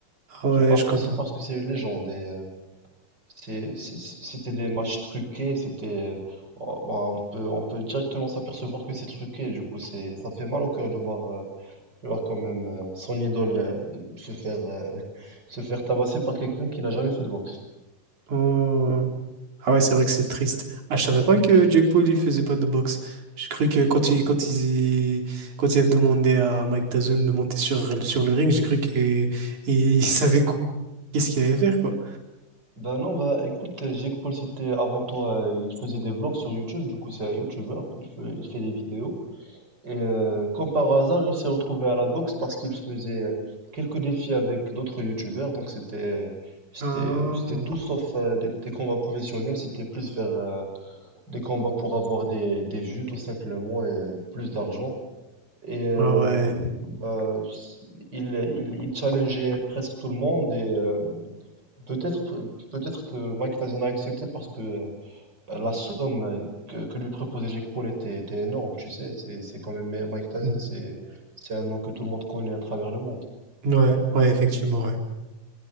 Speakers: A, on the right (about 60°); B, on the right (about 30°).
A: Ah ouais,
B: J'ai pas apprécié
A: je comprends.
B: parce que c'est les gens. Des, euh, c'est- c'est- c'est- c'était des matchs truqués. C'était, oh, bah, on peut, on peut directement s'apercevoir que c'est truqué. Du coup, c'est, ça fait mal au cœur de voir, euh, de voir quand même euh, son idole euh, se faire, euh, <laughs> se faire tabasser par quelqu'un qui n'a jamais fait de boxe.
A: Oh. Ah ouais, c'est vrai que c'est triste. Ah, je savais pas que Jake Paul, il faisait pas de boxe. J'ai cru que quand il, quand il, quand il a demandé à Mike Tyson de monter sur, sur le ring, j'ai cru que il <laughs> savait quoi- qu'est-ce qu'il allait faire, quoi.
B: Ben non, bah écoute, euh, Jake Paul, c'était avant toi, euh, il faisait des vlogs sur YouTube, du coup c'est un YouTuber, il fait, il fait des vidéos. Et euh, comme par hasard, il s'est retrouvé à la boxe parce qu'il faisait euh, quelques défis avec d'autres YouTubers, donc c'était c'était
A: Ah,
B: c'était tout sauf euh, des, des combats professionnels, c'était plus vers euh, des combats pour avoir des, des vues tout simplement et plus d'argent. Et euh,
A: Ah ouais.
B: bah, il, il, il challengeait presque tout le monde et euh, Peut-être, peut-être que Mike Tyson a accepté parce que euh, la somme euh, que, que lui proposait Jake Paul était, était énorme, tu sais, c'est, c'est quand même Mike Tyson,
A: Hmm.
B: c'est, c'est un nom que tout le monde connaît à travers le monde.
A: Ouais, ouais, effectivement, ouais.